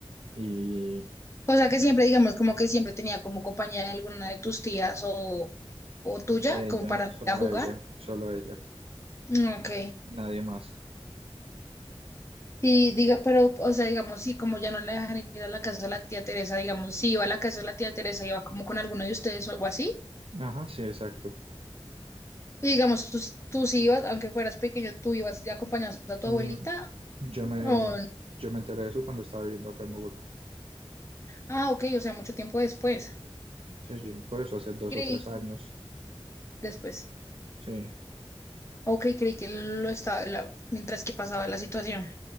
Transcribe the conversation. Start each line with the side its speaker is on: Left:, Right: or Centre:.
Right: y
Left: O sea que siempre, digamos, como que siempre tenía como compañía de alguna de tus tías o, o
Right: <clears throat>
Left: tuya,
Right: de ella,
Left: como para ir
Right: solo
Left: a jugar.
Right: ella, solo ella,
Left: Mm, Ok.
Right: nadie más.
Left: Y diga, pero, o sea, digamos, sí, como ya no le dejan ir a la casa de la tía Teresa, digamos, si iba a la casa de la tía Teresa, iba como con alguno de ustedes o algo así.
Right: Ajá, sí, exacto.
Left: Y digamos, tú, sí- tú sí ibas, aunque fueras pequeño, tú ibas y acompañabas a tu
Right: Mm,
Left: abuelita.
Right: yo me,
Left: O...
Right: yo me enteré de eso cuando estaba viviendo acá en Bogotá.
Left: Ah, ok, o sea, mucho tiempo después.
Right: Sí, sí, por eso hace dos
Left: Creí
Right: o tres
Left: que-
Right: años.
Left: después.
Right: Sí.
Left: Ok, creí que lo estaba, la- mientras que pasaba la situación.